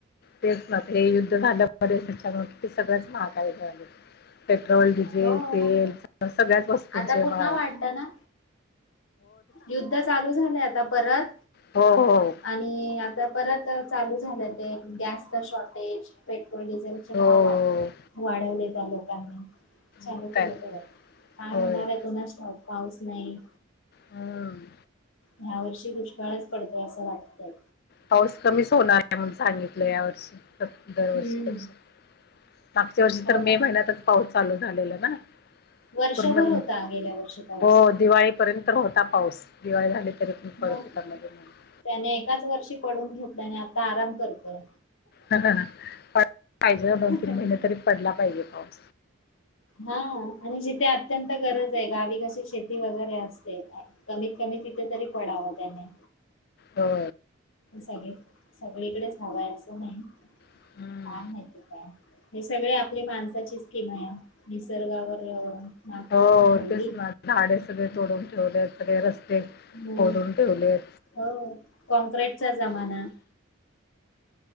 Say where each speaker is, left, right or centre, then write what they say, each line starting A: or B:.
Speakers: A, on the left; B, on the left.
A: तेच ना ते <unintelligible> युद्ध झालं मदशच्या सगळंच महाकायदाे झाले. पेट्रोल डिझेल
B: हो
A: तेल सगळ्याच वस्तूंचे
B: आता पुन्हा
A: वाळ.
B: वाढलं ना युद्ध चालू झालंय आता परत
A: हो हो
B: आणि आता परत, चालू झाले गॅस शॉर्टेज पेट्रोल डिझेल चे
A: हो
B: भाव वाढवले. लोकांनी चालू
A: मग काय
B: केलं परत काय
A: होय
B: होणार आहे कोणास ठाऊक पाऊस नाही.
A: हम्म
B: ह्या वर्षी दुष्काळच पडतोय असं वाटतय.
A: पाऊस कमीच होणार आहे म्हणून सांगितलं या वर्षी दरवर्ष
B: हम्म
A: मागच्या वर्षी
B: हो
A: तर
B: ना
A: मे महिन्यातच पाऊस चालू झालेला ना.
B: वर्षभर
A: पूर्णमी
B: होता गेल्या वर्षी पाऊस
A: हो दिवाळीपर्यंत तर होता पाऊस दिवाळी झाली, तील पळत
B: मग
A: करणार ज
B: त्याने एकाच वर्षी पडून घेतलं आणि आता आराम करतोय.
A: ह प पाहिजे दोन तीन
B: हा
A: महिने तरी पडला पाहिजे पाऊस
B: हा आणि जिथे अत्यंत गरज आहे गावी कशी शेती वगैरे असते. कमीत कमी तिथे तरी पडावा त्याने.
A: हो.
B: सगळी सगळीकडेच हवा आहे असं नाही
A: हम्म
B: काय माती काय हे सगळे आपली माणसाची किमया आहे निसर्गावर मात
A: हो
B: करून ठेवली
A: तेच ना झाडे सगळे तोडून ठेवले सगळे रस्ते.
B: मग
A: तोडून ठेवलेत
B: हो कॉँक्रीटचा जमाना